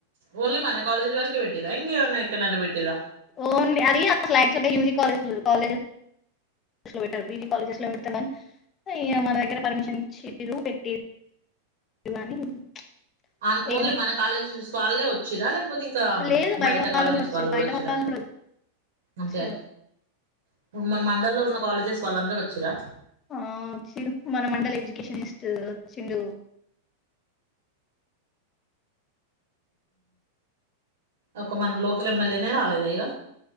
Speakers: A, on the right; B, on the left.
A: ఓన్లీ మన కాలేజ్ వరకే పెట్టిరాయింకా అవన్ ఎక్కడనే పెట్టిరా
B: <unintelligible>
A: అ ఓన్లీ
B: ఏమ
A: మన కాలేజీ చూ వాళ్ళే వచ్చారా లేకా పోతే కాకపోతే ఇంకా
B: లేదు
A: బయట కాలేజెస్
B: వచ్చిరు
A: వాళ్ళు కూడా
B: బయట
A: వచ్చారా
B: వాళ్ళు కూడా
A: అంటే
B: వచ్చిరు
A: ఇప్పుడు మన మండల్ లో ఉన్న కాలేజెస్ వాళ్ళందరుూ వచ్చ చురా
B: ఆ మన మండల్ ఎడ్యుకేషనిస్ట్ వ చ్చిండు
A: ఒక మన లోకల్ ఎమ్మెల్యేనే రాలేద ఇగ